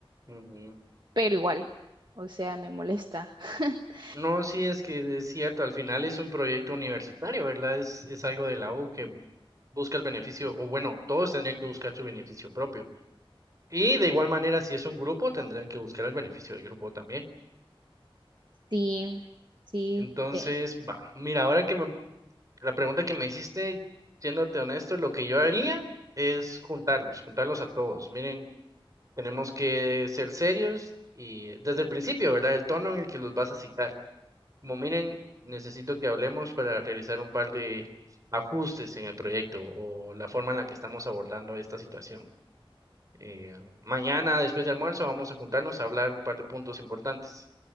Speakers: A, on the right; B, on the right.
A: Ujú.
B: pero igual, o sea, me molesta. <laughs>
A: No, sí, es que es cierto, al final es un proyecto universitario, ¿verdad? Es, es algo de la U que busca el beneficio, o bueno, todos tendrían que buscar su beneficio propio. Y de igual manera, si es un grupo, tendrán que buscar el beneficio del grupo también.
B: Sí, sí,
A: Entonces,
B: eh,
A: va, mira, ahora que me La pregunta que me hiciste, siéndote honesto, lo que yo haría es juntarlos, juntarlos a todos. Miren, tenemos que ser serios y desde el principio, ¿verdad? El tono en el que los vas a citar. Como miren, necesito que hablemos para realizar un par de ajustes en el proyecto o la forma en la que estamos abordando esta situación. Eh, mañana, después de almuerzo, vamos a juntarnos a hablar un par de puntos importantes.